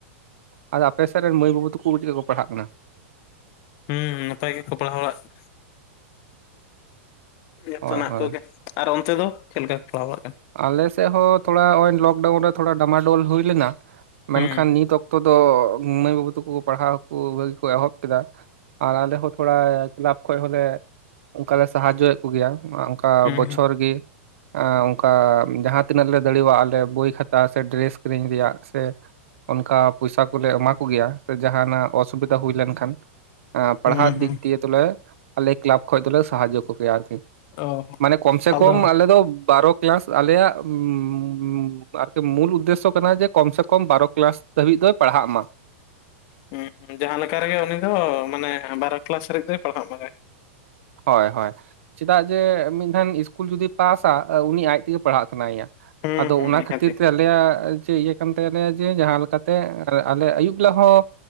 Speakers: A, on the right (about 75°); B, on the left (about 45°).
A: ᱟᱫᱚ ᱟᱯᱮ ᱥᱮᱫ ᱨᱮᱱ ᱢᱟᱹᱭ ᱵᱟᱹᱵᱩ ᱛᱟᱠᱩ ᱪᱮᱫ ᱞᱮᱠᱟ ᱠᱚ ᱯᱟᱲᱦᱟᱜ ᱠᱟᱱᱟ?
B: ᱦᱩᱸ ᱱᱟᱯᱟᱭ ᱜᱮ ᱠᱚ ᱯᱟᱲᱦᱟᱣ ᱵᱟᱲᱟᱜ ᱼᱼ ᱡᱚᱷᱛᱚ
A: ᱦᱳᱭ
B: ᱱᱟᱜ
A: ᱦᱳᱭ
B: ᱠᱚᱜᱮ ᱟᱨ ᱚᱱᱛᱮ ᱫᱚ ᱪᱮᱫ ᱞᱮᱠᱟ ᱠᱚ ᱯᱟᱲᱦᱟᱣ ᱵᱟᱲᱟᱜ ᱠᱟᱱᱟ?
A: ᱟᱞᱮᱥᱮᱫ ᱦᱚᱸ ᱛᱷᱚᱲᱟ ᱱᱚᱜ-ᱚᱭ ᱞᱚᱠᱰᱟᱣᱩᱱ ᱨᱮ ᱛᱷᱚᱲᱟ ᱰᱟᱢᱟᱰᱚᱞ ᱦᱩᱭ ᱞᱮᱱᱟ᱾ ᱢᱮᱱᱠᱷᱟᱱ
B: ᱦᱩᱸ
A: ᱱᱤᱛ ᱚᱠᱛᱚ ᱫᱚ ᱢᱟᱹᱭ ᱵᱟᱹᱵᱩ ᱛᱟᱠᱩ ᱼᱼ ᱯᱟᱲᱦᱟᱣ ᱠᱚ ᱵᱷᱟᱜᱤ ᱠᱚ ᱮᱦᱚᱵ ᱠᱮᱫᱟ ᱟᱨ ᱟᱞᱮ ᱦᱚᱸ ᱛᱷᱚᱲᱟ ᱠᱮᱞᱟᱵ ᱠᱷᱚᱡ ᱦᱚ ᱞᱮ ᱼᱼ ᱚᱱᱠᱟ ᱞᱮ ᱥᱟᱦᱟᱡᱡᱚᱭᱮᱫ ᱠᱩ ᱜᱮᱭᱟ ᱚᱱᱠᱟ
B: ᱦᱩᱸ
A: ᱵᱚᱪᱷᱚᱨ ᱜᱤ ᱚᱠᱟ ᱡᱟᱦᱟᱸ ᱛᱤᱱᱟᱹᱜ ᱞᱮ ᱫᱟᱲᱤᱣᱟᱜ ᱟᱞᱮ ᱵᱳᱭ ᱠᱷᱟᱛᱟ ᱥᱮ ᱰᱨᱮᱥ ᱠᱤᱨᱤᱧ ᱨᱮᱭᱟᱜ ᱥᱮ ᱼᱼ ᱚᱱᱠᱟ ᱯᱚᱭᱥᱟ ᱠᱚᱞᱮ ᱮᱢᱟ ᱠᱚ ᱜᱮᱭᱟ ᱥᱮ ᱡᱟᱦᱟᱱᱟᱜ ᱚᱥᱩᱵᱤᱫᱷᱟ ᱦᱩᱭ ᱞᱮᱱᱠᱷᱟᱱ ᱼᱼ ᱯᱟᱲᱦᱟᱜ
B: ᱦᱩᱸ ᱦᱩᱸ
A: ᱫᱤᱠ ᱫᱤᱭᱮ ᱫᱚ ᱞᱮ ᱟᱞᱮ ᱠᱞᱟᱵᱽ ᱠᱷᱚᱡ ᱫᱚ ᱞᱮ ᱥᱟᱦᱟᱡᱡᱚ ᱠᱚ ᱜᱮᱭᱟ ᱟᱨᱠᱤ ᱾
B: ᱚ
A: ᱢᱟᱱᱮ ᱠᱚᱢ ᱥᱮ
B: ᱟᱫᱚ
A: ᱠᱚᱢ ᱟᱞᱮ ᱫᱚ ᱵᱟᱨᱚ ᱠᱞᱟᱥ ᱟᱞᱮᱭᱟᱜ <inaudible> ᱟᱨᱠᱤ ᱢᱩᱞ ᱩᱫᱽᱫᱮᱥᱥᱚ ᱠᱟᱱᱟ ᱡᱮ ᱠᱚᱢ ᱥᱮ ᱠᱚᱢ ᱵᱟᱨᱚ ᱠᱞᱟᱥ ᱫᱷᱟᱹᱵᱤᱡ ᱫᱚᱭ ᱯᱟᱲᱦᱟᱜ ᱢᱟ᱾
B: ᱦᱩᱸ ᱡᱟᱦᱟᱸ ᱞᱮᱠᱟ ᱨᱮᱜᱮ ᱩᱱᱤ ᱫᱚ ᱢᱟᱱᱮ ᱵᱟᱨᱚ ᱠᱞᱟᱥ ᱦᱟᱨᱤᱡ ᱫᱚᱭ ᱯᱟᱲᱦᱟᱜ ᱢᱮ᱾
A: ᱦᱳᱭ ᱦᱳᱭ ᱪᱮᱫᱟᱜ ᱡᱮ ᱢᱤᱫ ᱫᱷᱟᱱ ᱤᱥᱠᱩᱞ ᱡᱩᱫᱤᱭ ᱯᱟᱥᱟ ᱩᱱᱤ ᱟᱡ ᱛᱮᱜᱮ ᱯᱟᱲᱦᱟᱜ ᱥᱟᱱᱟᱭᱮᱼᱟ᱾
B: ᱦᱩᱸ
A: ᱟᱫᱚ
B: ᱦᱩᱸ
A: ᱚᱱᱟ
B: ᱱᱤᱦᱟᱹᱛᱤ
A: ᱠᱷᱟᱹᱛᱤᱨ ᱛᱮ ᱟᱞᱮᱭᱟᱜ ᱪᱮ ᱤᱭᱟᱹ ᱠᱟᱱ ᱛᱟᱞᱟᱭᱟ ᱡᱮ ᱡᱟᱦᱟᱸ ᱞᱮᱠᱟᱛᱮ ᱟᱞᱮ ᱟᱭᱩᱵ ᱵᱮᱞᱟ ᱦᱚᱸ